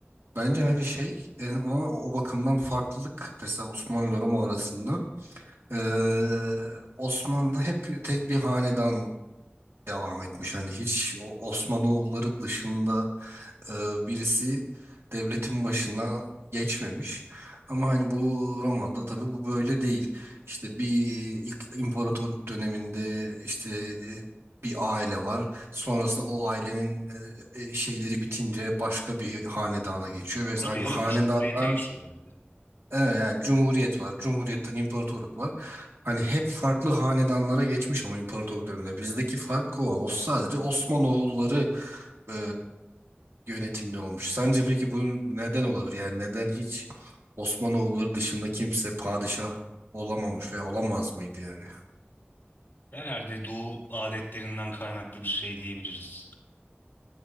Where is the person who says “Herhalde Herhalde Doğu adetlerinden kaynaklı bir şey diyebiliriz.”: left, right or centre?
Left